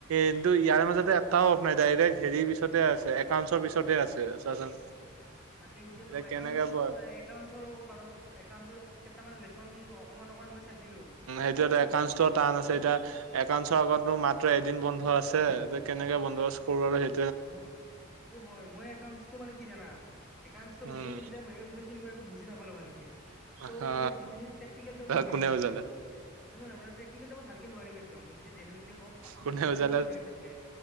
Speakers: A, on the right; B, in the centre.
A: কিন্তু ইয়াৰ মাজতে এটাও অফ নাই ডাইৰেক্ট হেৰি পিছতে আছে একাউন্টছৰ পিছতে আছে চোৱাচোন।
B: তাকে এনকেকে
A: এতিয়া
B: ঐকৃএতিয়াউ
A: কেনেকে পোৱা
B: কেইটামান লচন অকমান অকমান মই চাইছিলো
A: একাউণ্টনো সেইটো
B: ঠিক আছে
A: এটা একাউণ্টৰ
B: কিন্তু মই
A: টান আছে
B: মই
A: এতিয়া একাউণ্টৰ আগত মোৰ মাত্ৰ এদিন বন্ধ আছে কেনেকে বন্দবস্ত কৰো আৰু সেই
B: মোক সেইটো হয় মই তোক মানে কি জানা একাউণ্টৰ
A: উম
B: বস্তু খিনি যেতিয়া মেমে বুজাইছিল মই একো বুজি নাপালো ভালকে চ'
A: হা
B: মই যিখিনি প্ৰেক্টিকেল দে নোৱাৰিম
A: কোনে বুজালে
B: জান প্ৰকতিকেল মই ভালকে নোৱাৰিম কমত যদি জেনেওন কওঁ সঁচা কথাই
A: কোনে
B: প্ৰেক্টিকেল
A: বুজালে
B: নোৱাৰিম ভালকে